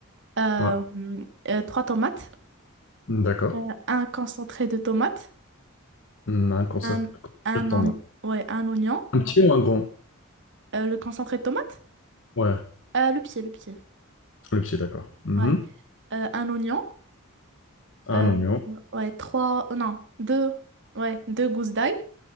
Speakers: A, on the right (about 60°); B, on the left (about 60°).
A: Euh,
B: Ouais,
A: euh, trois tomates.
B: d'accord.
A: euh, un concentré de tomates.
B: Hmm, Un concert.
A: Un, un,
B: je t'en-
A: on- ouais, un oignon.
B: Un petit ou un grand?
A: euh, le concentré de tomate?
B: Ouais,
A: Euh, le pied, le pied.
B: le petit, d'accord. Mhm.
A: Ouais. Euh, un oignon.
B: Un
A: euh,
B: oignon,
A: ouais, trois... Non, deux. Ouais, deux gousses d'ail.